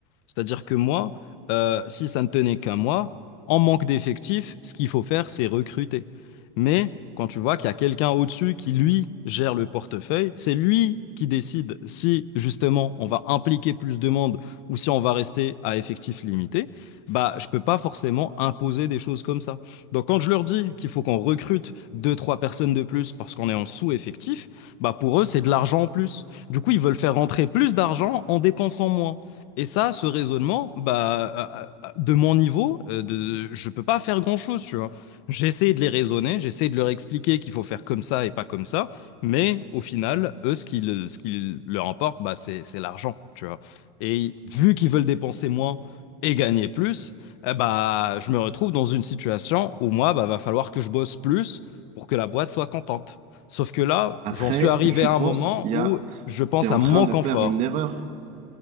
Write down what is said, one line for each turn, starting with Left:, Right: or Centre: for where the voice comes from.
Left: C'est-à-dire que moi, euh, si ça ne tenait qu'à moi, en manque d'effectifs, ce qu'il faut faire, c'est recruter. Mais quand tu vois qu'il y a quelqu'un au-dessus qui, lui, gère le portefeuille, c'est lui qui décide si, justement, on va impliquer plus de monde ou si on va rester à effectif limité. Bah, je peux pas forcément imposer des choses comme ça. Donc quand je leur dis qu'il faut qu'on recrute deux, trois personnes de plus parce qu'on est en sous-effectif, bah pour eux, c'est de l'argent en plus. Du coup, ils veulent faire rentrer plus d'argent en dépensant moins. Et ça, ce raisonnement, bah, euh, euh, de mon niveau, euh, de, je peux pas faire grand-chose, tu vois. J'essaie de les raisonner, j'essaie de leur expliquer qu'il faut faire comme ça et pas comme ça, mais au final, eux, ce qui, le- ce qui leur importe, bah, c'est, c'est l'argent, tu vois. Et vu qu'ils veulent dépenser moins et gagner plus, eh bah, je me retrouve dans une situation où moi, bah, va falloir que je bosse plus pour que la boîte soit contente. Sauf que là,
Right: Après,
Left: j'en suis arrivé
Right: je
Left: à
Right: pense,
Left: un moment
Right: il
Left: où
Right: y a,
Left: je pense
Right: tu es en
Left: à mon
Right: train de
Left: confort.
Right: faire une erreur.